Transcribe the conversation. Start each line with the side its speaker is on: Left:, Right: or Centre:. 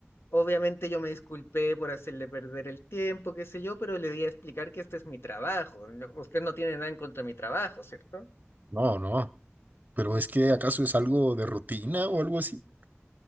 Left: Obviamente yo me disculpé por hacerle perder el tiempo, qué sé yo, pero le di a explicar que este es mi trabajo. no- Usted no tiene nada en contra de mi trabajo, ¿cierto?
Right: No, no. Pero es que ¿acaso es algo de rutina o algo así?